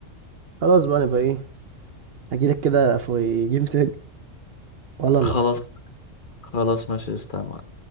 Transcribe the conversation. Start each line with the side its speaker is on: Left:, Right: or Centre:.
Right: خلاص بقى نبقى ايه هجيلك كده في جيم تاني ولا اللي
Left: خلاص
Right: خسر
Left: خلاص ماشي استنى